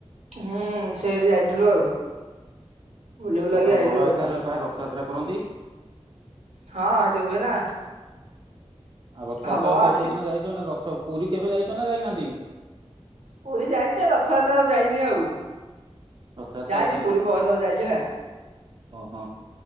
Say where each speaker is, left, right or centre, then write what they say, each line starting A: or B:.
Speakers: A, on the right; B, on the right.
A: ହୁଁ, ସେଇଠି ଯାଇଥିଲୁ ଆଉ। ବୁଲି ବୁଲାକି
B: ତାଙ୍କର
A: ଆଇଲୁ
B: ବଡ
A: ଆଉ।
B: ଆକାରରେ ପା ରଥଯାତ୍ରା କରନ୍ତି।
A: ହଁ, ଏଇଟି ହୁଏ ନା।
B: ଆଉ ରଥଯାତ୍ରା
A: ହବ
B: ଆଉ କେଉ
A: ଆସି
B: କୋଉ ଦିନ ଯାଇଛ ନା ରଥ ପୁରୀ କେବେ ଯାଇଛ ନା ଯାଇନାହାନ୍ତି!?
A: ପୁରୀ ଯାଇଛି ଏ ରଥଯାତ୍ରା ଓଲୁ ଯାଇନି ଆଉ।
B: ରଥଯାତ୍ରାକୁ
A: ଯାଇଛି
B: ଯାଇନାହାନ୍ତି
A: ପୁରୀ ବହୁଥର ଯାଇଛି ନା।
B: ଓହୋ